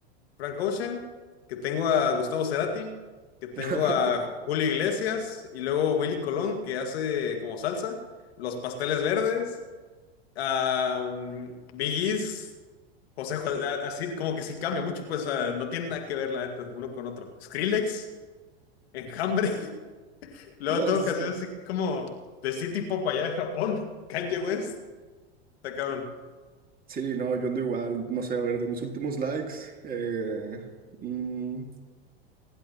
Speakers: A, on the left (about 75°); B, on the right (about 25°).
A: Frank Ocean, que tengo a Gustavo Cerati, que tengo
B: <laughs>
A: a Julio Iglesias y luego Willy Colón, que hace como salsa, Los Pasteles Verdes. Um, Biggie's, José, Jo- a- así como que sí cambia mucho, pues o sea, no tiene nada que ver, la neta, uno con otro. Skrillex, Enjambre, <laughs> luego
B: No,
A: todo
B: sí
A: casi
B: está.
A: así como de City Pop allá de Japón, <laughs> Kanye West, está cabrón.
B: Sí, no, yo ando igual, no sé, a ver, de mis últimos likes, eh, mm,